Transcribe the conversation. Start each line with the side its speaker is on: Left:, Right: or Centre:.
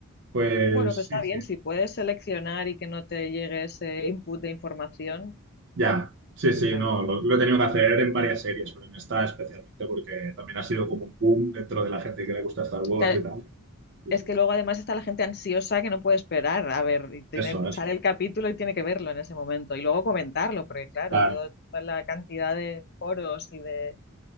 Right: Pues
Left: Bueno, pues
Right: sí,
Left: está bien,
Right: sí.
Left: si puedes seleccionar y que no te llegue ese input de información,
Right: Ya, sí, sí,
Left: está
Right: no,
Left: bien.
Right: lo, lo he tenido que hacer en varias series, pero en esta especialmente porque también ha sido como un boom dentro de la gente que le gusta Star Wars
Left: Claro,
Right: y tal. Sí,
Left: Es
Right: sí.
Left: que luego además está la gente ansiosa que no puede esperar. A ver, y tienen,
Right: Eso, eso.
Left: sale el capítulo y tiene que verlo en ese momento. Y luego comentarlo, porque claro,
Right: Claro,
Left: todo- toda la cantidad de foros y de,